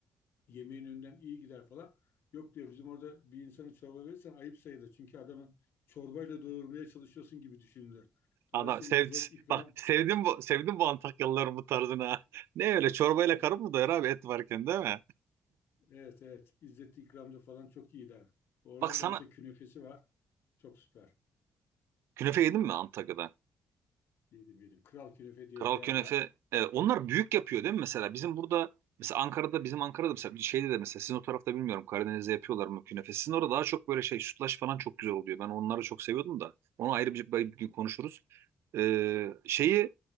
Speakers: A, on the left; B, on the right.
A: yemeğin önünden iyi gider falan. Yok diyor bizim orada bir insana çorba verirsen ayıp sayılır. Çünkü adamı çorbayla doyurmaya çalışıyorsun gibi düşünülür. Dolayısıyla
B: Ana sev,
A: izzet ikram
B: bak sevdim bu, sevdim bu Antakyalıların bu tarzını. ha. Ne öyle çorbayla
A: evet
B: karın mı doyar abi et varken değil mi?
A: evet, evet. İzzet ikramda falan çok iyiler. Oranın
B: Bak sana
A: da mesela künefesi var. Çok süper.
B: künefe yedin mi Antakya'da?
A: Yedim yedim. Kral Künefe diye
B: Kral
A: bir yer
B: künefe
A: var.
B: e, onlar büyük yapıyor değil mi mesela? Bizim burada mesela Ankara'da bizim Ankara'da mesela bir şeyde de mesela sizin o tarafta bilmiyorum Karadeniz'de yapıyorlar mı künefe? Sizin orada daha çok böyle şey sütlaç falan çok güzel oluyor. Ben onları çok seviyordum da. Onu ayrı bir, bir gün konuşuruz. E, şeyi